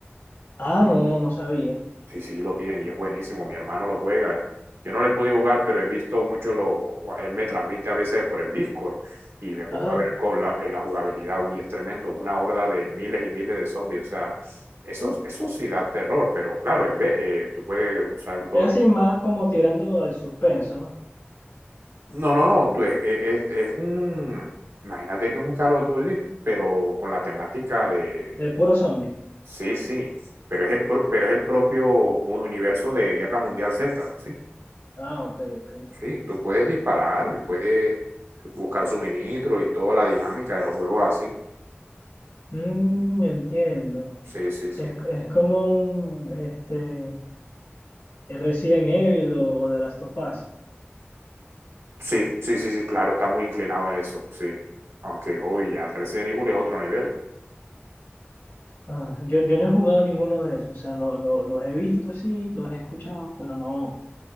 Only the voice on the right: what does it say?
Sí, sí, lo tienen y es buenísimo. Mi hermano lo juega. Yo no le he podido jugar, pero he visto mucho lo. Él me transmite a veces por el Discord y me pongo
a ver con la, eh, la jugabilidad. Uy, es tremendo. Una horda de miles y miles de zombies. O sea, eso, eso sí da terror, pero claro, es ve- eh, tú puedes usar todo
tipo.
No, no, no. Tú, es, es, es un. Imagínate que es un Call of Duty, pero con la temática de.
Sí, sí. Pero es el, pro- pero es el propio mu- universo de Guerra Mundial Z, ¿sí?
Sí, tú puedes disparar y puedes buscar suministros y toda la dinámica de los juegos así.
Sí, sí, sí.
Sí, sí, sí, sí, claro, está muy inclinado a eso, sí. Aunque, uy, al Resident Evil es otro nivel.